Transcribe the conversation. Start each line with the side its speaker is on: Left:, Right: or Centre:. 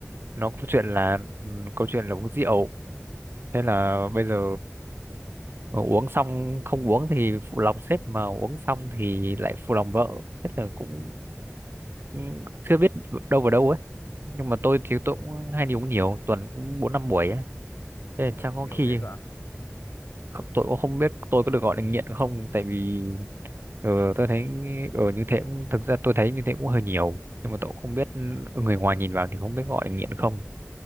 Right: nó câu chuyện là ừ, câu chuyện là uống rượu thế là bây giờ ờ, uống xong không uống thì phụ lòng sếp mà uống xong thì lại phụ lòng vợ thế là cũng cũng chưa biết đâu vào đâu ấy nhưng mà tôi thì
Left: ừ.
Right: tôi cũng hay đi uống nhiều tuần cũng bốn năm buổi ấy thế
Left: Ôi
Right: là
Left: dồi,
Right: chắc có
Left: nhiều
Right: khi
Left: thế cơ à?
Right: tôi cũng không biết tôi có được gọi là nghiện không tại vì ờ, tôi thấy ở như thế cũng thực ra tôi thấy như thế cũng hơi nhiều nhưng mà tôi cũng không biết người ngoài nhìn vào thì không biết gọi là nghiện không